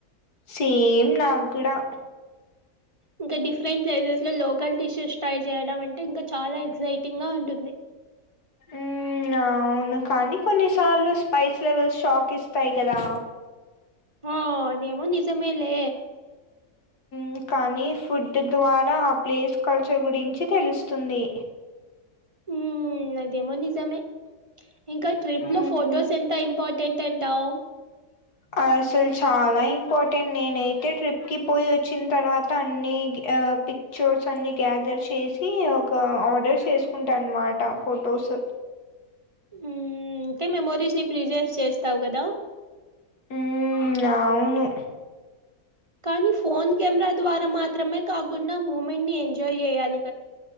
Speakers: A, on the left; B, on the right.
A: సేమ్ నాకు గూడా
B: ఇంకా డిఫరెంట్ ప్లైజెస్ లో లోకల్ డిషెస్ ట్రై చేయడం అంటే ఇంకా చాలా ఎక్సైటింగ్ గా ఉంటుంది
A: మ్ మ్ అవును కానీ కొన్నిసార్లు స్పైస్ లెవెల్స్ షాక్ ఇస్తాయి కదా
B: ఓ ఆదేమో నిజమేలే
A: మ్ కానీ ఫుడ్ ద్వారా ఆ ప్లేస్ కల్చర్ గురించి తెలుస్తుంది
B: మ్ అదేమొ నిజామే ఇంకా ట్రిప్
A: మ్మ్
B: లో ఫొటోస్ ఎంత ఇంపార్టెంట్ అంటావ్
A: అసలు చాలా ఇంపార్టెంట్ నేనైతే ట్రిప్ కి పోయి వచ్చిన తర్వాత అన్ని గ్ పిక్చర్స్ అన్ని గ్యాద్ దర్ చేసి ఒక ఆర్డర్ చేసుకుంటా అన్నమాట ఫొటోస్
B: మ్ అంటే మెమోరీస్ ని ప్రిజర్వ్ చేస్తావు్ కదా
A: మ్మ్ అవును
B: కానీ ఫోన్ కెమెరా ద్వారా మాత్రమే కాకుండా మూమెంట్ ని ఎంజాయ్ చేయ్యాలి